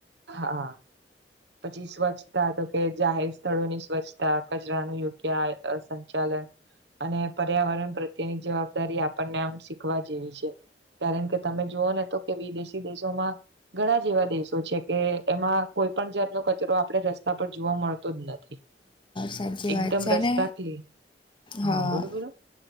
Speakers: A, on the right; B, on the left.
A: હા પછી સ્વચ્છતા તો કે જાહેર સ્થળોની સ્વચ્છતા કચરાનું યોગ્ય સંચાલન અને પર્યાવરણ પ્રત્યેની જવાબદારી આપણને આમ શીખવા જેવી છે કારણ કે તમે જુઓને તો કે વિદેશી દેશોમાં ઘણા જેવા દેશો છે કે એમાં કોઈ પણ જાતનો કચરો આપડે રસ્તા પર જોવા મળતો જ નથી.
B: સાચ
A: એકદમ
B: વાત છેને
A: રસ્તા ક્લી
B: હા
A: બોલો બોલો